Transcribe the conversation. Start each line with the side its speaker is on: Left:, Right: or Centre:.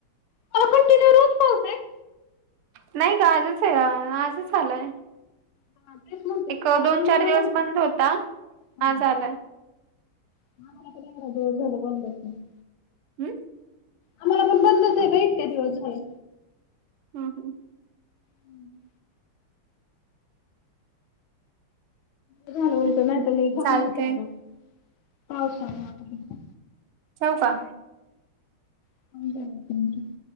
Left: <unintelligible> कंटिन्यू रोज पाऊसे?
Right: नाही ग. आजच हया, आजच आलाय.
Left: हा तेच म्हणते
Right: एक,
Left: म्हणजे
Right: दोन,
Left: आम्हाला
Right: चार दिवस
Left: नव्हता
Right: बंद होता.
Left: हा
Right: आज आलाय.
Left: <unintelligible> एवढा <unintelligible> झाला बंदचे.
Right: हम्म.
Left: आम्हाला पण बंदच आहे ब इतक्या दिवस झालं.
Right: हा हं.
Left: हम्म. बरं झालं उलट, नाहीत लई घाण
Right: चालतय
Left: होते अगं पावसामुळ
Right: हो का?
Left: <inaudible>